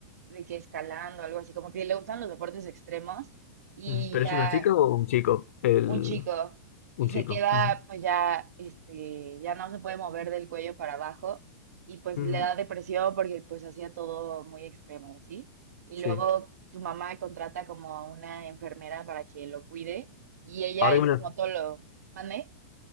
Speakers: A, on the right; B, on the left.
A: de que escalando, algo así, como que le gustan los deportes extremos y
B: Ujú. ¿Pero
A: ya
B: es una chica o un chico? El,
A: un chico
B: un
A: y
B: chico.
A: se queda
B: Ujú.
A: pues ya este ya no se puede mover del cuello para abajo y pues
B: Ujú.
A: le da depresión porque pues hacía todo muy extremo y así. Y
B: Sí.
A: luego su mamá contrata como a una enfermera para que lo cuide y ella
B: Ahora
A: es
B: que me la,
A: como tolo, ¿mande?